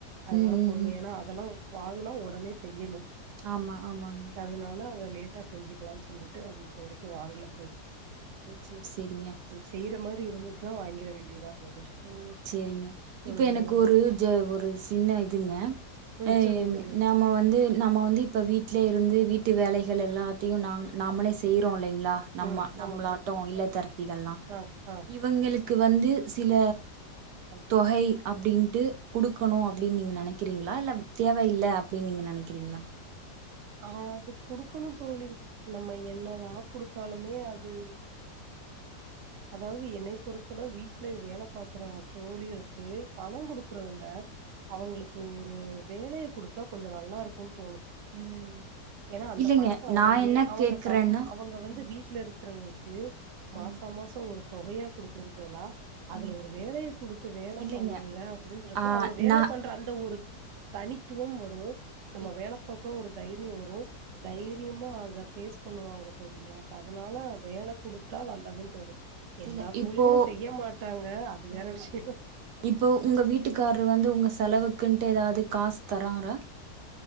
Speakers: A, on the right; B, on the right.
A: அதனால
B: ம் ம்
A: பொறுமையானா
B: ம்
A: அதெல்லா வாங்னா உடனே செய்யணு
B: ஆமா ஆமா
A: அதனால அத லேட்டா செஞ்சிக்கிலான்னு சொல்லிட்டு அது இப்ப வரைக்கு வாங்கல தோழி
B: சேர் சேரிங்க
A: செய்யிற மாரி இருந்துச்சுனா வாங்கிற வேண்டியதா தோழி
B: ஓ சரிங்க இப்ப
A: ம்
B: எனக்கு ஒரு ஜ ஒரு சின்ன இதுங்க
A: ம்
B: அ
A: சொல்லுங்க தோழி
B: நம்ம வந்து நம்ம வந்து இப்போ வீட்லே இருந்து வீட்டு வேலைகள் எல்லாத்தையும் நாங் நாமளே செய்றோ இல்லைங்களா நம்ம
A: ம்
B: நம்மளாட்டோ
A: ஆமா ஆ
B: இல்லத்தரத்திகல்லா
A: ஆ ஆ
B: இவங்களுக்கு வந்து சில தொகை அப்படின்ட்டு குடுக்கணு அப்டின்னு நீங்க நினைக்கிறீங்களா இல்ல தேவையில்ல அப்டின்னு நினைக்கிறீங்களா
A: அ அது குடுக்கணு தோழி நம்ம என்னதா குடுத்தாலுமே அது அதாவது என்னய பொறுத்துல வீட்ல வேல பாக்குற தோழிகளுக்கு பணம் குடுக்குறத விட அவுங்களுக்கு ஒரு வேலய குடுத்தா கொஞ்சோ நல்லா இருக்குன்னு தோணுது
B: ம்
A: ஏன்னா அந்த
B: இல்லைங்க
A: பணத்த அவுங்க
B: நா என்ன
A: ஏ அவுங்க
B: கேக்குறேன்னா
A: சம் அவுங்க வந்து
B: ம்
A: வீட்ல இருக்குறவங்களுக்கு க்கு மாச
B: ம்
A: மாச ஒரு தொகையா குடுக்குறதுக்கு பதிலா அதுல
B: ம்
A: ஒரு வேலய குடுத்து வேல
B: இல்லைங்க
A: பண்ணுங்க அப்டினு சொல்றப்ப
B: ஆ
A: அவுங்க வேல
B: நா
A: பண்ற அந்த ஒரு தனித்துவம் வரு நம்ம
B: இ
A: வேல பாக்குறோ ஒரு தைரியோ வரு தைரியமா அத ஃபேஸ் பண்ணுவாங்க தோழி எனக்கு அதனால வேல குடுத்தா நல்லதுன்னு தோணுது எல்லா
B: இல்ல இப்போ
A: தோழிகளு செய்ய மாட்டாங்க அது
B: ம்
A: வேற விஷயோ
B: இப்போ உங்க வீட்டுக்காரர் வந்து உங்க செலவுக்குன்ட்டு எதாவது காசு தராறா